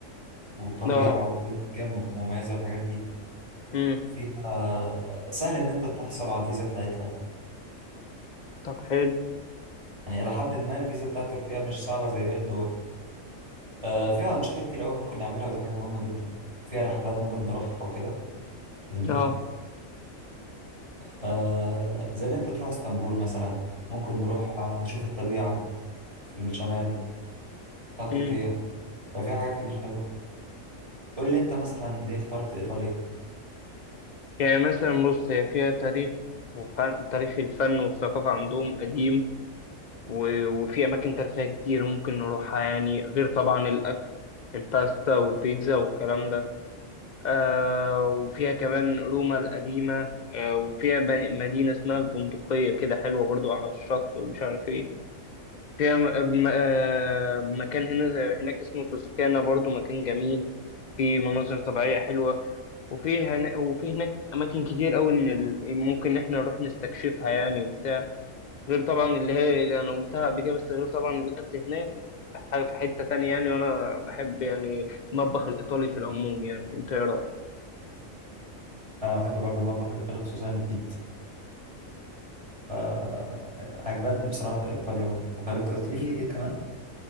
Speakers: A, on the right (about 25°); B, on the left (about 50°).
A: وطبيعة
B: اه
A: وبلد كام مميزة والحاجات دي
B: امم
A: فيها سهل إن أنت تحصل على الفيزا بتاعتها
B: طب حلو
A: يعني إلى حد ما الفيزا بتاعت تركيا مش صعبة زي باقي الدول آه، فيها أنشطة كتير أوي ممكن نعملها ودي حاجة مهمة جدا فيها رحلات ممكن نروحها وكده فاهمني
B: اه
A: آه، زي إن أنت تروح اسطنبول مثلا ممكن نروح آه، نشوف الطبيعة في الشمال بتاع تركيا
B: امم
A: ففيها حاجات كتير حلوة قول لي أنت مثلا ليه اخترت إيطاليا
B: يعني مثلا بص هي فيها تاريخ وفن تاريخ الفن والثقافة عندهم قديم و- وفي أماكن تاريخية كتير ممكن نروحها يعني غير طبعا الأكل الباستا والبيتزا والكلام ده آه وفيها كمان روما القديمة آه وفيها بن- مدينة اسمها البندقية كده حلوة برضو على الشط ومش عارف ايه فيها م- آه، م- آه مكان هنا هناك اسمه توسكانا برضو مكان جميل في مناظر طبيعية حلوة وفي هنا وفي هناك أماكن كتير أوي إن ال- ممكن إحنا نروح نستكشفها يعني وبتاع غير طبعا اللي هي اللي أنا قلتها قبل كده بس غير طبعا الأكل هناك حاجة في حتة تانية يعني وأنا بحب يعني المطبخ الإيطالي في العموم يعني أنت إيه رأيك؟
A: أنا بحب برضو المطبخ الإيطالي خصوصا البيتزا فعجباني بصراحة إيطاليا برضه طب أنت قلت لي في
B: مم.
A: إيه كمان؟